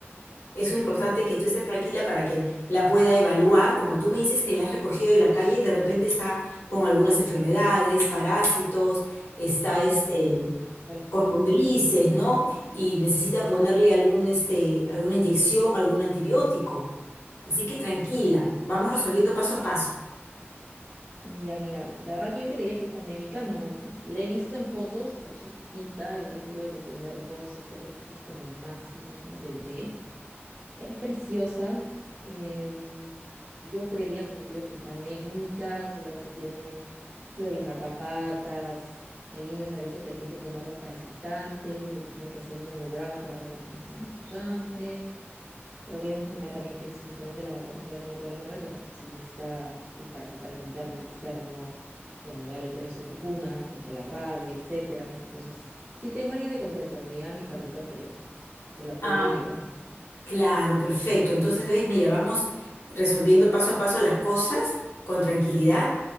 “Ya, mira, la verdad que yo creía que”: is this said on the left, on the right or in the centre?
Right